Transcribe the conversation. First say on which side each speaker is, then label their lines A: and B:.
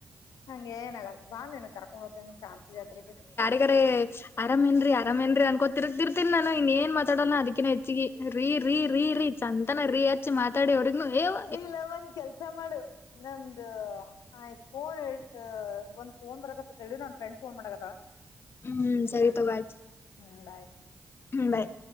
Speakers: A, on the left; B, on the left.
A: ಹಂಗೇನ್ ಏಳಲ್ ಬಾನಿನುನ್ ಕರ್ಕೊಂಡ್ ಹೋಗ್ತೇನ್ <unintelligible> ಜಾತ್ರಿಗೆ.
B: <unintelligible> ಅರಾಮೆನ್ರೀ ಅರಾಮೇನ್ರಿ ಅನ್ಕೊತಿರ್ತಿರ್ತಿನ್ ನಾನು ಇನ್ ಏನ್ ಮಾತಾಡನ ಅದಕ್ಕಿನ ಹೆಚ್ಗಿ ರೀ ರೀ ರೀ. ಸಂತನ ರಿ ಹಚ್ಚಿ ಮಾತಾಡವರಿಗ್ಲೂ ಯೇ ಅವ.
A: ನೀಲ್ಲ ಒಂದ್ ಕೆಲ್ಸ ಮಾಡು ನಂದು ಆ <unintelligible> ಒಂದ್ ಫೋನ್ ಬರಕತತ್. ತಡಿ ನನ್ ಫ್ರೆಂಡ್ ಫೋನ್ ಮಾಡಕತಾಳ
B: ಹ್ಮ್ ಸರಿ ತಗೋ ಆಯ್ತು
A: ಹ್ಮ ಬಾಯ್.
B: ಹ್ಮ್ ಬಾಯ್.